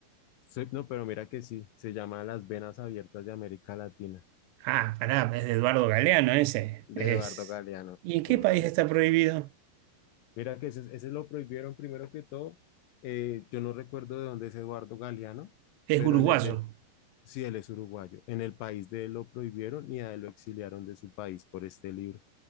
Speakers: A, on the left; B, on the right.
A: Se- no, pero mira que sí, se llama Las Venas Abiertas de América Latina,
B: Ah, pará, es de Eduardo Galeano ese.
A: de
B: Es...
A: Eduardo Galeano,
B: ¿Y en
A: correcto.
B: qué país está prohibido?
A: Mira que ese, ese lo prohibieron primero que todo. eh, yo no recuerdo de dónde es Eduardo Galeano,
B: Es
A: pero
B: uruguayo.
A: en el del Sí, él es uruguayo. En el país de él lo prohibieron y a él lo exiliaron de su país por este libro.